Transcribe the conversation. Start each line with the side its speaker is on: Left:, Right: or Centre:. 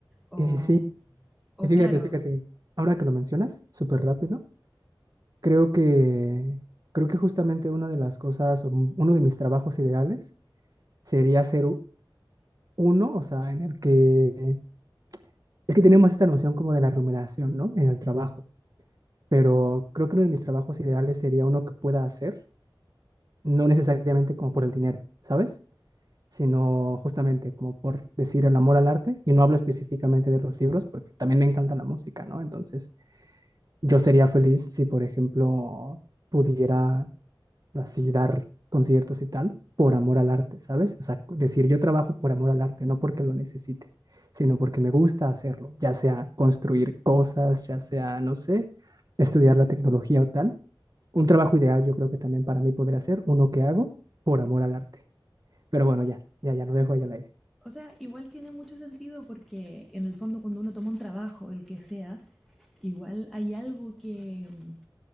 Centre: O,
Right: Y sí,
Centre: o
Right: y fíjate,
Centre: claro,
Right: fíjate, ahora que lo mencionas, súper rápido, creo que, creo que justamente una de las cosas, o un- uno de mis trabajos ideales sería ser u- uno, o sea, en el que es que tenemos esta noción como de la remuneración, ¿no? En el trabajo, pero creo que uno de mis trabajos ideales sería uno que pueda hacer, no necesariamente como por el dinero, ¿sabes? Sino justamente como por decir el amor al arte, y no hablo específicamente de los libros, porque también me encanta la música, ¿no? Entonces, yo sería feliz si, por ejemplo, pudiera así dar conciertos y tal, por amor al arte, ¿sabes? O sea, decir yo trabajo por amor al arte, no porque lo necesite, sino porque me gusta hacerlo, ya sea construir cosas, ya sea, no sé, estudiar la tecnología o tal. Un trabajo ideal yo creo que también para mí podría ser uno que hago por amor al arte. Pero bueno, ya, ya, ya lo dejo ahí al aire.
Centre: o sea, igual tiene mucho sentido porque en el fondo cuando uno toma un trabajo, el que sea, igual hay algo que, mm,